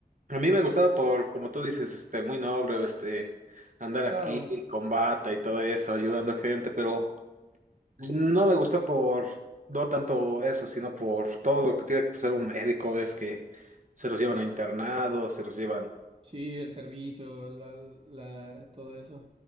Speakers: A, on the right (about 55°); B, on the right (about 35°).
A: a mí me gustaba por, como tú dices, este, muy noble, este, andar aquí
B: Claro,
A: con bata y todo eso, ayudando gente, pero... No me gustó por, no tanto eso, sino por todo lo que tiene que pasar un médico, es que se los llevan a internados, se los llevan.
B: sí, el servicio, la, la, todo eso.